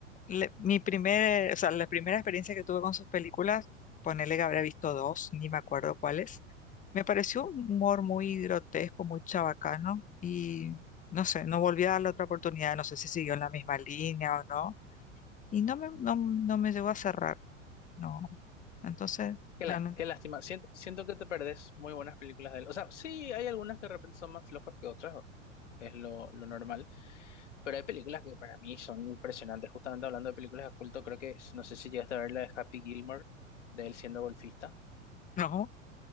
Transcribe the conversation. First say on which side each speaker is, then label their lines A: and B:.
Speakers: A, on the left (about 20°); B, on the left (about 65°).
A: le- mi primer, o sea, la primera experiencia que tuve con sus películas, ponele que habré visto dos, ni me acuerdo cuáles, me pareció un humor muy grotesco, muy chabacano y no sé, no volví a darle otra oportunidad, no sé si siguió en la misma línea o no, y no me, no, no me llegó a cerrar, no. Entonces,
B: Qué,
A: realmente,
B: lá- qué lástima. Siento, siento que te perdés muy buenas películas de él. O sea, sí, hay algunas que de repente son más flojas que otras, es lo, lo normal. Pero hay películas que para mí son impresionantes. Justamente hablando de películas de culto, creo que, no sé si llegaste a ver la de Happy Gilmore, de él siendo golfista.
A: no,